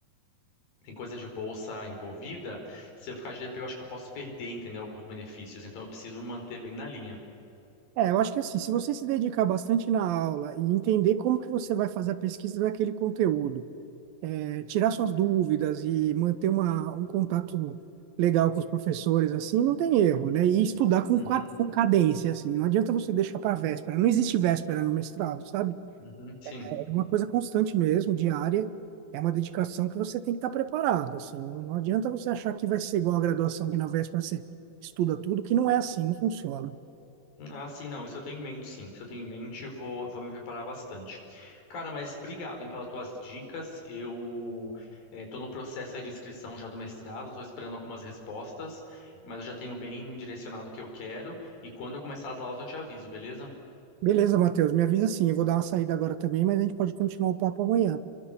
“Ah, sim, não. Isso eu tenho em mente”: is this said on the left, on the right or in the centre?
Left